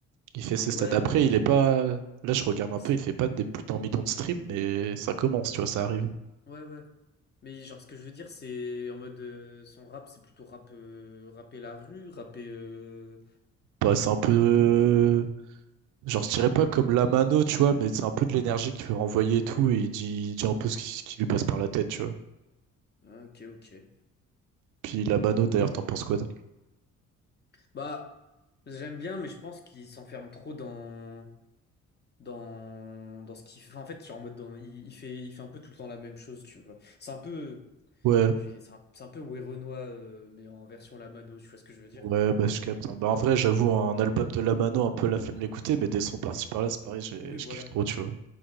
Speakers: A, on the right; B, on the left.
A: Il fait ses
B: Ouais,
A: stats. Après,
B: m-
A: il est pas. Là, je regarde
B: mais
A: un
B: c'est
A: peu, il fait pas des plus d'un million de streams, mais ça commence, tu vois, ça arrive.
B: ouais ouais. Mais genre ce que je veux dire c'est en mode euh, son rap c'est plutôt rap euh, rapper la rue, rapper euh,
A: Bah, c'est un peu. Genre, je dirais pas comme la mano, tu vois, mais c'est un peu de l'énergie qu'il peut renvoyer et tout, et il dit, il dit un peu ce qui, ce qui lui passe par la tête, tu vois.
B: OK OK.
A: Puis la mano, d'ailleurs, t'en penses quoi? toi
B: Bah j'aime bien mais je pense qu'il s'enferme trop dans dans dans ce qu'il fait. Enfin, en fait, genre en mode dans il, il fait il fait un peu tout le temps la même chose, tu vois. C'est un peu
A: Ouais,
B: je vais- c'est un, c'est un peu Werenoi euh, mais en version La Mano, tu vois ce que je veux dire?
A: ouais, bah je capte. hein. Bah, en vrai, j'avoue,
B: Ah,
A: un
B: ah,
A: album de la mano, un peu la flemme de l'écouter, mais des sons par-ci par-là, c'est pareil, j'ai-
B: oui,
A: je
B: voilà.
A: kiffe trop, tu vois.